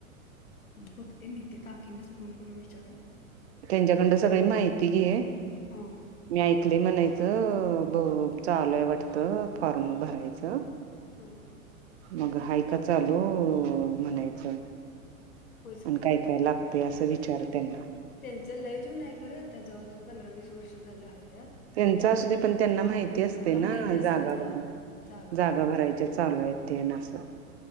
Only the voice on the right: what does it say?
त्यांच्याकडंन सगळी माहिती घे.
मी ऐकलय म्हणायचं अ ब -चालूय वाटतं फॉर्म भरायचं.
मग हायका चालू.. अ म्हणायचं.
आणि काय- काय लागतय असं विचार त्यांना
तेंचा असू दे पण त्यांना माहित ती असते ना
जागा
भर
-जागा
भरायच्या चालूयेत तेन असं